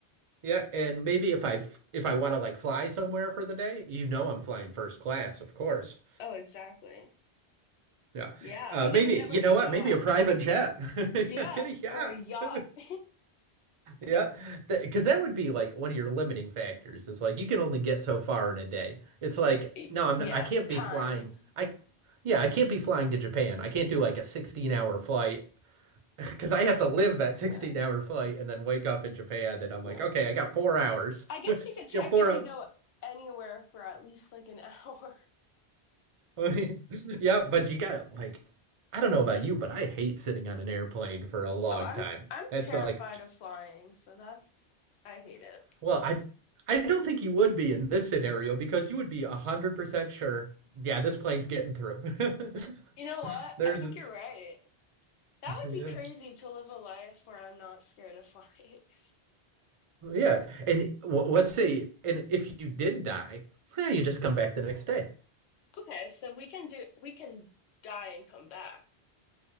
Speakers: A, on the right; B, on the left.
A: Yeah, and maybe if I f- if I want to like fly somewhere for the day, you know I'm flying first class, of course.
B: Oh, exactly.
A: Yeah.
B: Yeah.
A: Uh
B: You can
A: maybe
B: even get like
A: you know
B: a yacht.
A: what? Maybe a private jet. <laughs> Yeah,
B: Yeah,
A: get a yacht.
B: or a yacht.
A: <laughs>
B: <laughs>
A: Yeah. Because that would be like one of your limiting factors. It's like you can only get so far in a day. It's like
B: Y-
A: no, I'm
B: Yeah,
A: not, I can't
B: time.
A: be flying. I yeah, I can't be flying to Japan. I can't do like a 16-hour flight <laughs> because I have to live that 16-hour
B: Yeah.
A: flight and then wake up in Japan and I'm
B: Yeah.
A: like, "Okay, I got 4 hours."
B: I
A: <laughs>
B: guess
A: I
B: you could technically
A: got 4 hours.
B: go anywhere for at least like an <laughs> hour.
A: <laughs> Yeah, but you gotta like, I don't know about you, but I hate sitting on an airplane for a long
B: Oh, I'm
A: time.
B: I'm terrified
A: It's uh, like,
B: of flying, so that's I hate it.
A: well, I I don't think you would be in this scenario because you would be a hundred percent sure, yeah, this plane's getting through.
B: You
A: <laughs>
B: know what?
A: There's,
B: I think you're right. That would
A: yeah,
B: be crazy to live a life where I'm not scared of flying. <laughs>
A: and w let's say, and if you did die, eh, you just come back the next day.
B: Okay, so we can do we can die and come back.